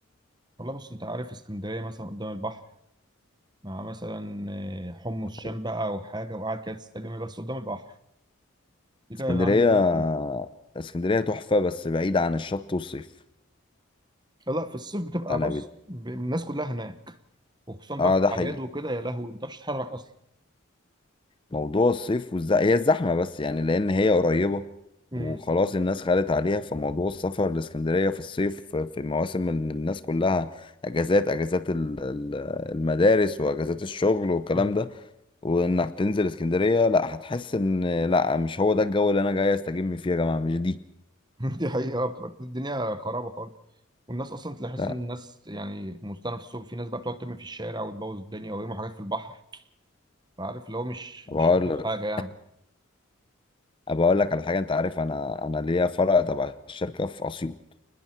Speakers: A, on the right; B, on the left.
A: والله بص انت عارف اسكندريه مثلا قدام البحر مع مثلا آه، حمص شام
B: حقيقي.
A: بقى او حاجه وقاعد كده تستجم بس قدام البحر دي كده
B: اسكندرية
A: عندي زي الفل
B: اسكندرية تحفة بس بعيدة عن الشط والصيف
A: لا لا، في الصيف بتبقى
B: أنا
A: بص
B: بد...
A: ب- الناس كلها هناك وخصوصا بقى
B: أه
A: في الاعياد
B: ده حقيقي
A: وكده يا لهوي ما بتعرفش تتحرك اصلا
B: موضوع الصيف والز... هي الزحمة بس يعني لأن هي قريبة
A: امم
B: وخلاص الناس خدت عليها فموضوع السفر لإسكندرية في الصيف في مواسم ال- الناس كلها أجازات أجازات ال- ال- المدارس وأجازات الشغل والكلام
A: امم
B: ده وإنك تنزل إسكندرية لا هتحس إن لا مش هو ده الجو اللي أنا جاي أستجم فيه يا جماعة مش دي
A: <laughs> دي حقيقه بتبقى الدنيا خرابه خالص والناس اصلا تحس
B: لا
A: ان الناس يعني مستنى في الصبح في ناس بقى بتقعد ترمي في الشارع وتبوظ الدنيا ويرموا حاجات في البحر فعارف اللي هو مش
B: أبقى
A: مش
B: أقول
A: ألطف
B: لك
A: حاجه يعني
B: أبقى أقول لك على حاجة أنت عارف أنا أنا ليا فرع تبع الشركة في أسيوط